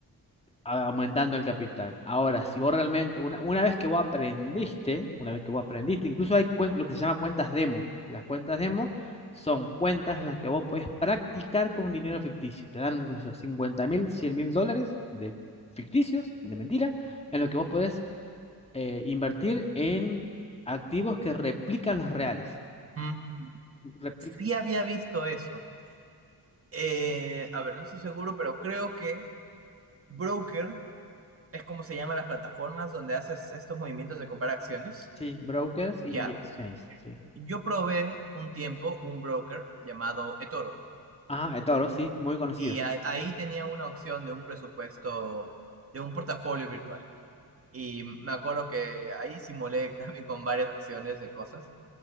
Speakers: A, on the left; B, on the right.
A: aumentando el capital. Ahora, si vos realmente, una, una vez que vos aprendiste, una vez que vos aprendiste, incluso hay cuen- lo que se llama cuentas demo. que Las cuentas demo son cuentas en las que vos podés practicar con dinero ficticio. Te dan, qué sé yo, 50 mil, cien mil dólares de ficticios, de mentira, en lo que vos podés eh, invertir en activos que replican los reales.
B: Mm,
A: Repli-
B: Sí había visto eso. Eh, a ver, no estoy seguro, pero creo que broker es como se llaman las plataformas donde haces estos movimientos de comprar acciones.
A: sí, brokers
B: Ya,
A: y exchanges, sí.
B: yo probé un tiempo un broker llamado eToro
A: Ajá, eToro, sí, muy conocido.
B: y a- ahí tenía una opción de un presupuesto, de un portafolio virtual. Y me acuerdo que ahí simulé <laughs> también con varias acciones de cosas.